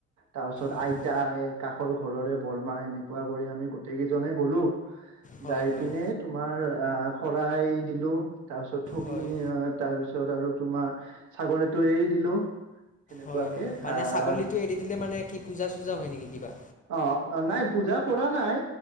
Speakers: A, on the right; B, on the left.
A: তাৰপিছত
B: অঁ
A: আইতা এ কাষৰ ঘৰৰে বৰমা এনেকোৱা কৰি আমি গোটেই কেইজনে গ'লো
B: হয়
A: যাই
B: হয়
A: পিনে তোমাৰ আ শৰাই দিলো তাৰপিছত ঠগি
B: হয়
A: তাৰপিছত আৰু তোমাৰ ছাগলীতো এৰি দিলো। সেনেকুৱাকে
B: হয় হয় মানে
A: আহ
B: ছাগলীটো এৰি দিলে মানে কি পূজা চুজা হয় নেকি কিবা?
A: অ নাই পূজা কৰা নাই